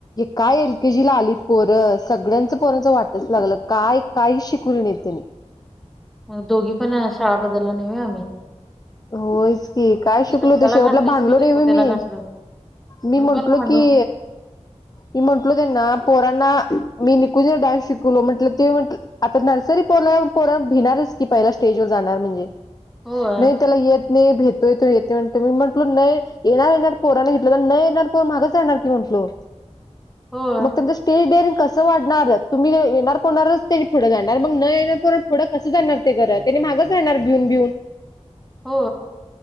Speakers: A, on the left; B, in the centre.
A: काय एल के जी ला आलीत पोर सगळ्यांचं पोरांचं वाटच लागलं काय काही शिकवली नाही त्यांनी.
B: मग दोघी पण शाळा. बदल नाव आम्ही
A: होयच. ह काय शिकलो
B: श्रद्धाला
A: तो शेवटला
B: घातलीच
A: भांडलो
B: मी चकोत्याला
A: रे म मी
B: घातलो
A: मी म्हंटलो
B: पण भांडून
A: की मी म्हंटलो त्यांना पोरांना मी नििकून ज डान्स शिकवलो म्हंटलं ते म्हट आता नर्सरी पो पोर भिणारच की पहिला स्टेजवरर जाणार म्हणजे
B: होय
A: नाही त्याला येत नाही भेतोय तो येते म्हणतो मी म्हटलो न येणार येणार पोराने घेतलं तर न येणार पोर मागच येणार की म्हटलो
B: होय
A: मग स्टील डेअर कसं वाढणार तुम्ही येणार कोणारच ते पुढं जाणार मग न येणार कोणार पुढं कसं जाणार त्यानी मागच जाणार भिऊन भिऊन
B: हो